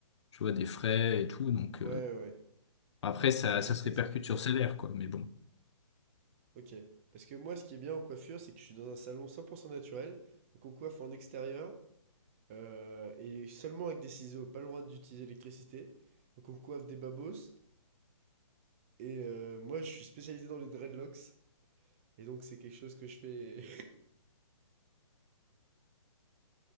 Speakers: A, on the left; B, on the right.
A: tu vois, des frais et tout, donc euh,
B: Ouais ouais ouais,
A: après, ça,
B: t'es juste
A: ça se répercute
B: exécutant.
A: sur le salaire, quoi, mais bon.
B: Ok. Parce que moi ce qui est bien en coiffure c'est que je suis dans un salon 100% naturel, donc on coiffe en extérieur. Euh, et seulement avec des ciseaux, pas le droit d'utiliser l'électricité. Donc on coiffe des babos. Et euh, moi, je suis spécialisé dans les dreadlocks. Et donc c'est quelque chose que je fais.